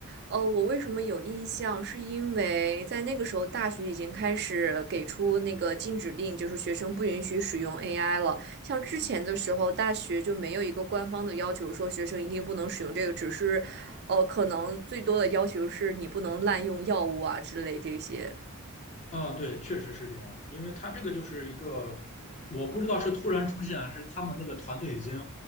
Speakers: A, on the right (about 50°); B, on the left (about 30°).
A: 呃，我为什么有印象，是因为在那个时候，大学已经开始给出那个禁止令，就是学生不允许使用 AI 了。像之前的时候，大学就没有一个官方的要求说学生一定不能使用这个，只是，呃，可能最多的要求是你不能滥用药物啊之类这些。
B: 啊，对，确实是这样的，因为他这个就是一个，我不知道是突然出现，还是他们那个团队已经